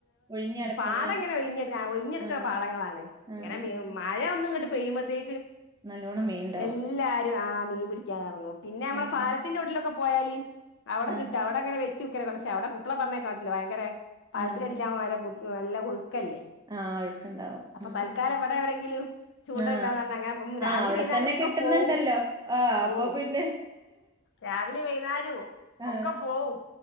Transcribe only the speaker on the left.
പാടം ഇങ്ങനെ ഒഴിഞ്ഞ ഒഴിഞ്ഞെടുക്കുന്ന
പാടങ്ങളാണ്
ഇങ്ങനെ
മ
മഴയ ഒന്നും കിട്ട ഫേമത്തെ
ും ആീ പിടിക്കറ പിന്നെ നമ്മ
പാലത്തിട്ടിലെ പോയാലി അവിടെ
കിട്ട അടെ അങ്ങനെ വെച്ച് േവിടെ കുട്ടള പറഞ്ഞേക്കിില്ല ഭയങ്കര പാലത്തിൻ്റെ
അടിലാവുമ്പോ ആരോ കുത് <unintelligible> എല്ല <unintelligible> ക്കല്ലേ
അപ്പൊ
തൽക്കാലം
ഇവിടെ എവിടെങ്കിലും ചൂണ്ടടാന്ന്
അങ്ങനെ ഉം രാവിലെ
വൈന്നേരം
ഒക്കെ
പോവും
ഓഹ്
രാവിലെ വൈന്നേരം
ഒക്കെ പോവും